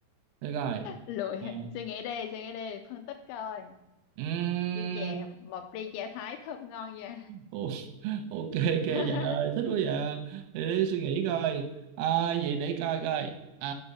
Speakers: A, on the right; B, on the left.
A: Được rồi
B: Lụi,
A: Ờ,
B: suy nghĩ đi, suy nghĩ đi, phân tích coi.
A: ừm,
B: Ly chè, một ly chè Thái thơm ngon vậy.
A: ô- <laughs> ok ok trời
B: <laughs>
A: ơi thích quá vậy để, để suy nghĩ coi à, vậy để coi coi à